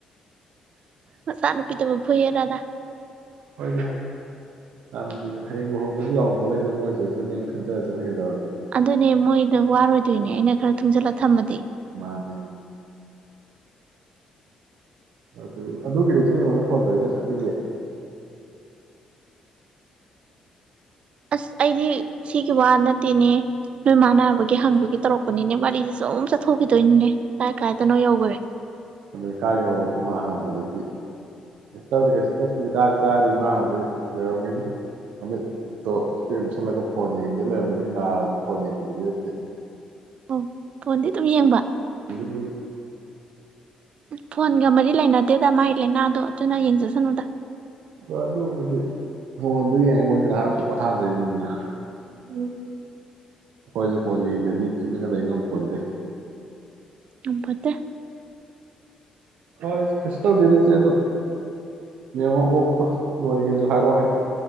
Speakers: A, on the right (about 55°); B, on the right (about 80°).
A: ꯃꯆꯥ ꯅꯨꯨꯄꯤꯗꯨꯕꯨ ꯐꯨꯏꯌꯦ ꯑꯥꯗꯥ
B: ꯑꯣꯏꯗꯦ ꯥꯟꯅ ꯍꯌꯦꯡ ꯂꯨꯍꯣꯡꯕꯒꯤ ꯌꯥꯎꯔꯕꯄꯣꯠ ꯑꯅ ꯑꯃꯨꯛ ꯑꯣꯏꯖꯁꯅꯦꯅ ꯈꯟꯖꯔꯖꯅꯤ ꯀ
A: ꯑꯗꯨꯅꯦ ꯃꯣꯏꯗ ꯋꯥꯔꯣꯏꯗꯣꯏꯅꯦ ꯑꯩꯅ ꯈꯔ ꯊꯨꯡꯖꯤꯜꯂꯒ ꯊꯝꯃꯗꯤ
B: ꯑꯗꯦ ꯑꯗꯨ ꯑꯗꯨꯒꯤꯗꯁ ꯑꯩꯉꯣꯟꯗ ꯐꯣꯟ ꯇꯧꯔꯤ ꯉꯁꯥꯗꯒꯤ
A: ꯑꯁ ꯑꯩꯗꯤ ꯁꯤꯒꯤ ꯋꯥ ꯅꯠꯇꯦꯅꯦ ꯅꯣꯏꯃꯥꯟꯅꯕꯒꯤ ꯍꯪꯕꯒꯤ ꯇꯧꯔꯛꯄꯅꯤꯅꯦ ꯋꯥꯔꯤꯁꯦ ꯁꯝ ꯆꯠꯊꯣꯛꯈꯤꯗꯣꯏꯅꯤꯅꯦ ꯀꯥꯏ ꯀꯥꯏꯗꯅꯣ ꯌꯧꯈꯔꯦ
B: ꯑꯗꯨꯗ ꯀꯖꯔ ꯈꯨ ꯃꯥꯝꯕꯗꯗꯒꯤꯗꯤ ꯑꯦꯁꯥꯎꯗꯗꯤꯒꯁ ꯆꯥꯔꯤ ꯃꯥ ꯍꯧꯖꯤꯛ ꯂꯩꯔꯝꯒꯅꯤ ꯅꯨꯃꯤꯠꯇꯣ ꯏꯁꯇ ꯑꯃꯨꯁꯤꯜꯂꯒ ꯐꯣꯟ ꯌꯦꯡꯕꯗ ꯂꯩꯔꯝꯒꯅꯤ ꯅꯥꯔꯁꯨ ꯐꯣꯟ ꯌꯦꯡꯕꯗꯤ ꯂꯦꯞꯇꯦ
A: ꯑꯣ ꯐꯣꯟꯗꯤ ꯑꯗꯨꯝ ꯌꯦꯡꯕ
B: ꯑꯗꯨ
A: ꯐꯣꯟꯒ ꯃꯔꯤ ꯂꯩꯅꯗꯦꯗ ꯃꯥꯏ ꯂꯩꯅꯥꯗꯣ ꯑꯗꯨꯅ ꯌꯦꯡꯖꯁꯅꯨꯗ
B: ꯍꯣꯏ ꯑꯗꯨ ꯐꯣꯟꯗꯨ ꯌꯦꯡꯉ ꯃꯣꯏꯗ ꯉꯥꯏꯍꯥꯛ ꯄꯣꯊꯥꯖꯩꯅꯤꯗꯅ ꯎꯝ ꯑꯩꯈꯣꯏꯁꯨ ꯐꯣꯟꯁꯦ ꯌꯦꯡꯗꯗꯤ ꯇꯨꯃꯤꯟꯅ ꯂꯩꯕ ꯄꯣꯟꯗꯦ
A: ꯑꯝꯕꯠꯇꯦ
B: ꯍ ꯀꯁ ꯇꯧꯗꯁꯦ ꯑꯗꯨ ꯌꯦꯉ ꯑꯣꯛꯇꯣ ꯑꯣꯏꯁꯨ ꯍꯥꯏꯔꯣ ꯍꯥꯏ